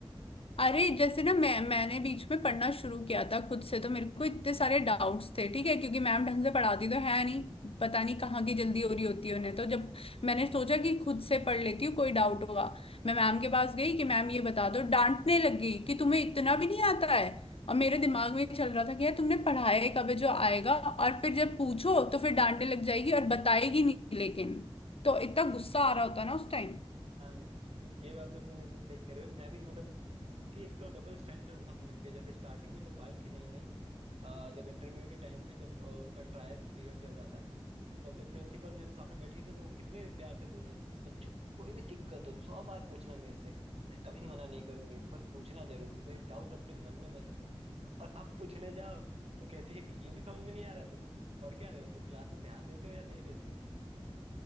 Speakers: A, on the left; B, on the right.
A: अरे जैसे ना मैं मैंने बीच में पढ़ना शुरू किया था खुद से तो मेरे को इतने सारे डाउट्स थे ठीक है क्योंकि मैम ढंग से पढ़ाती तो है नहीं पता नहीं कहाँ की जल्दी हो रही होती है उन्हें तो जब मैंने सोचा कि खुद से पढ़ लेती हूँ कोई डाउट हुआ मैं मैम के पास गई कि मैम ये बता दो डांटने लग गई कि तुम्हें इतना भी नहीं आता है और मेरे दिमाग में चल रहा था कि यार तुमने पढ़ाया कब है जो आएगा और फिर जब पूछो तो फिर डांटने लग जाएगी और बताएगी नहीं लेकिन तो इतना गुस्सा
B: है
A: आ रहा होता ना उस टाइम
B: हाँ ये बात तो तुम एकदम सही कह रहे हो मैं भी मतलब उनकी एक तो डबल स्टैंडर्ड बहुत लगती है जैसे स्टार्टिंग में जब आई थी नई नई अ, जब इंटरव्यू के टाइम पे जब अ, उनका ट्रायल पीरियड चल रहा था तब जब प्रिंसिपल मैम सामने बैठी थी तो वो कितने प्यार से बोल रही थी कि बच्चों कोई भी दिक्कत हो सौ बार पूछना मेरे से मैं कभी मना नहीं करूंगी पर पूछना जरूर कोई डाउट अपने मन में मत रखना और आप पूछने जाओ तो कहती है कि ये भी समझ में नहीं आ रहा है तुमको पढ़ क्या रहे हो तुम क्लास में ध्यान देते हो या नहीं देते हो